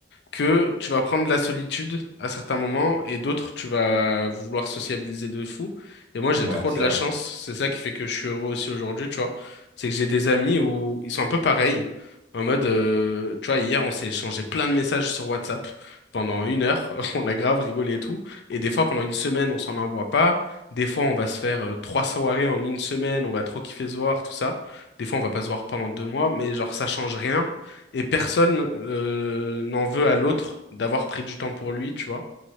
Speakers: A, on the left; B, on the right.
A: que tu vas prendre de la solitude à certains moments et d'autres, tu vas vouloir sociabiliser de fou. Et moi, j'ai
B: Ouais,
A: trop
B: c'est
A: de la
B: vrai.
A: chance. C'est ça qui fait que je suis heureux aussi aujourd'hui, tu vois. C'est que j'ai des amis où ils sont un peu pareils. En mode, euh, tu vois, hier, on s'est échangé plein de messages sur WhatsApp pendant une heure. <laughs> On a grave rigolé et tout. Et des fois, pendant une semaine, on s'en envoie pas. Des fois, on va se faire euh, trois soirées en une semaine. On va trop kiffer se voir, tout ça. Des fois, on va pas se voir pendant deux mois. Mais genre, ça change rien. Et personne euh, n'en veut à l'autre d'avoir pris du temps pour lui, tu vois.